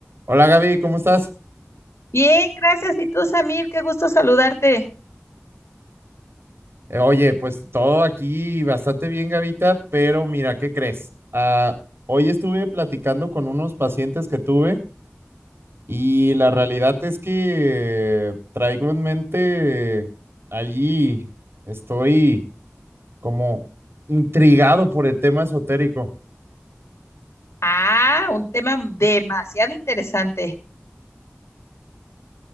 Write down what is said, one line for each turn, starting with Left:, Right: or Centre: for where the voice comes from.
Right: Hola Gaby, ¿cómo estás?
Left: Bien, gracias. Y tú, Samir, qué gusto saludarte.
Right: Eh, oye, pues todo aquí bastante bien, Gavita, pero mira, ¿qué crees? Ah, hoy estuve platicando con unos pacientes que tuve y la realidad es que traigo en mente allí, estoy como intrigado por el tema esotérico.
Left: Ah, un tema demasiado interesante,